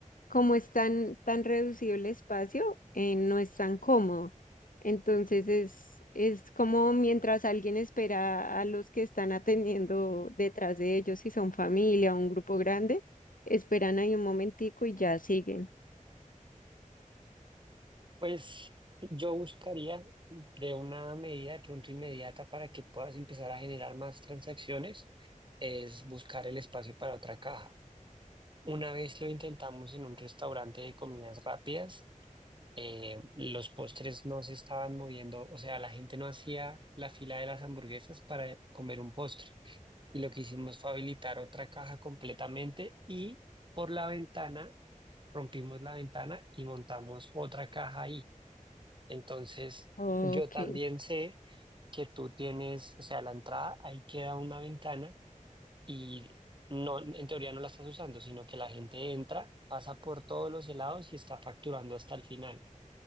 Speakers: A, on the left (about 80°); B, on the right (about 35°).
A: como es tan, tan reducido el espacio, eh, no es tan cómodo. Entonces es, es como mientras alguien espera a los que están atendiendo detrás de ellos, si son familia o un grupo grande, esperan ahí un momentico y ya siguen.
B: Pues yo buscaría de una medida de pronto inmediata para que puedas empezar a generar más transacciones, es buscar el espacio para otra caja. Una vez lo intentamos en un restaurante de comidas rápidas. eh, los postres no se estaban moviendo, o sea, la gente no hacía la fila de las hamburguesas para comer un postre. Y lo que hicimos fue habilitar otra caja completamente y por la ventana, rompimos la ventana y montamos otra caja ahí. Entonces,
A: Ok.
B: yo también sé que tú tienes, o sea, la entrada, ahí queda una ventana y no, en teoría no la estás usando, sino que la gente entra, pasa por todos los helados y está facturando hasta el final.